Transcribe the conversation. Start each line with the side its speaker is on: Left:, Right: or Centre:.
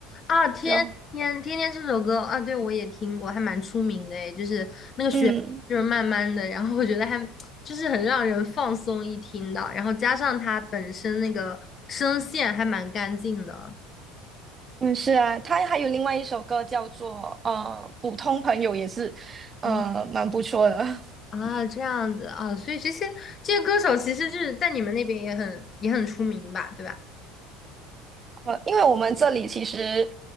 Left: 啊，天天天天这首歌啊，
Right: 然后
Left: 对我也听过，还蛮出名的诶，就是
Right: 嗯。
Left: 就是慢慢的，然后我觉得还就是很让人放松一听的，然后加上他本身那个声线还蛮干净的
Right: 嗯，是啊，他还有另外一首歌叫做呃《普通朋友》，也是呃蛮不错的。
Left: 啊
Right: <laughs>
Left: 啊，这样子啊，所以这些这些歌手其实就是在你们那边也很也很出名吧，对吧？
Right: 呃，因为我们这里其实，